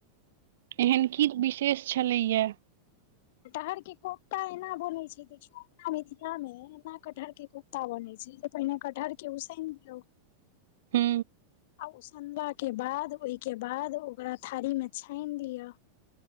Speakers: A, on the right; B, on the left.
A: एहन की विशेष छलैया।
B: कटहर के कोफ्ता एना बनै छै गे। अपना मिथिला में एना कटहर के कुफ्ता बने छै जे, पहिने कटहर के उसैन दियऔ।
A: हू।
B: आ उसनबा के बाद, ओहि के बाद, ओकरा थारी मे छानि लिअ।